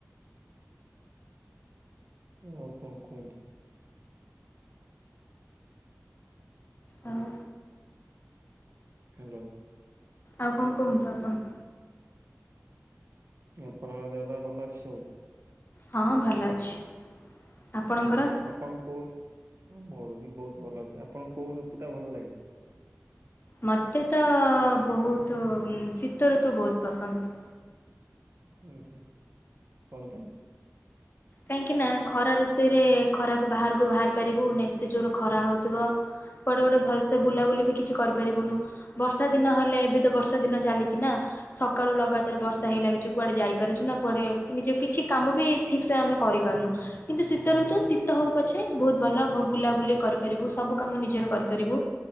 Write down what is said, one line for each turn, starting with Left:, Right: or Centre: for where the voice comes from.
Right: ଆଉ କଣ କୁହନ୍ତୁ?
Left: ଆଉ
Right: ଧନ୍ୟବାଦ୍।
Left: ଆଉ କଣ କୁହନ୍ତୁ ଆପଣ?
Right: ଆପଣଙ୍କ ଦେହ ପା ଭଲ ଅଛି ସବୁ।
Left: ହଁ, ଭଲ ଅଛି। ଆପଣଙ୍କର?
Right: ହୁଁ, ଆପଣଙ୍କୁ ମୋର ବି ବହୁତ ଭଲ ଅଛି। ଆପଣଙ୍କୁ କୋଉ ଋତୁଟା ଭଲ ଲାଗେ?
Left: ମତେ ତ ବହୁତ ଶୀତଋତୁ ବହୁତ ପସନ୍ଦ।
Right: ଉଁ, ହୁଁ କଣ ପାଇଁ?
Left: କାହିଁକି ନା ଖରା ଋତୁରେ ଖରାକୁ ବାହାରକୁ ବାହାରି ପାରିବୁ ନା ଏତେ ଜୋରେ ଖରା ହଉଥିବ। କୁଆଡେ ଗୋଟେ ଭଲସେ ସେ
Right: ଉଁ
Left: ବୁଲାବୁଲି ବି କିଛି କରିପାରିବୁନୁ ବର୍ଷା ଦିନ ହେଲେ ଏବେ ତ ବର୍ଷା ଦିନ ଚାଲିଛି ନା। ସକାଳୁ ଲଗାତାର ବର୍ଷା
Right: ହୁଁ।
Left: ହେଇ ଲାଗୁଛି କୁଆଡେ ଯାଇପାରୁଛୁ ନା କୁଆଡେ କିଛି କାମ ବି ଠିକ୍ ସେ ଆମେ କରିପାରୁନୁ କିନ୍ତୁ ଶୀତ ଋତୁ ଶୀତ ହଉ ପଛେ ବହୁତ୍ ଭଲ ବୁଲାବୁଲି କରିପାରିବୁ ସବୁ କାମ ନିଜର କରିପାରିବୁ।